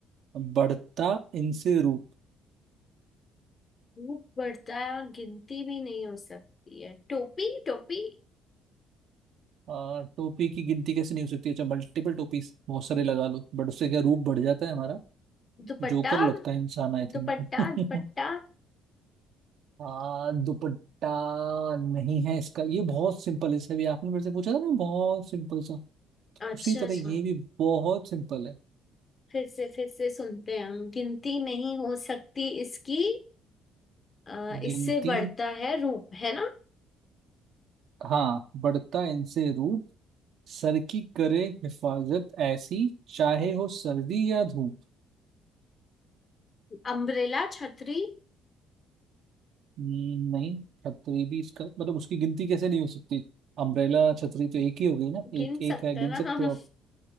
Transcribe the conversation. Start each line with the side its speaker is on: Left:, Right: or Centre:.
Right: बढ़ता इनसे रूप
Left: धूप बढ़ता है और गिनती भी नहीं हो सकती है टोपी टोपी
Right: आ, टोपी की गिनती कैसे नहीं हो सकती अच्छा मल्टीपल टोपीज बहुत सारे लगा लो बट उससे क्या रूप बढ़ जाता है हमारा
Left: दुपट्टा
Right: जोकर लगता है इंसान आई
Left: दुपट्टा
Right: थिंक
Left: दुपट्टा
Right: <laughs> हाँ दुपट्टा नहीं है इसका ये बहुत सिंपल है इसे भी आपने मेरे से पूछा था ना बहुत सिंपल सा
Left: अच्छा
Right: उसी तरह
Left: अच्छा
Right: ये भी बहुत सिंपल है
Left: फिर से फिर से सुनते हैं हम गिनती नहीं हो सकती इसकी अ, इससे
Right: गिनती
Left: बढ़ता है रूप है ना
Right: हाँ बढ़ता इनसे रूप सर की करे हिफाजत ऐसी चाहे हो सर्दी या धूप
Left: अम्ब्रेला छतरी
Right: हम्म, नहीं छतरी भी इसका मतलब उसकी गिनती कैसे नहीं हो सकती अम्ब्रेला छतरी तो एक ही हो गई ना
Left: गिन
Right: एक एक
Left: सकते
Right: है
Left: हैं
Right: गिन
Left: ना
Right: सकते
Left: हम
Right: हो आप